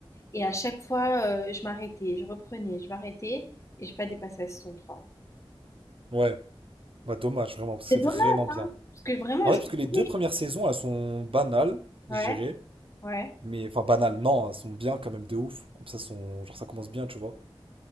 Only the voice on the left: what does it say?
Et à chaque fois, euh, je m'arrêtais, je reprenais, je m'arrêtais, et j'ai pas dépassé la saison 3.
C'est
dommage,
hein, parce que vraiment,
je
voulais.
Ouais,
ouais.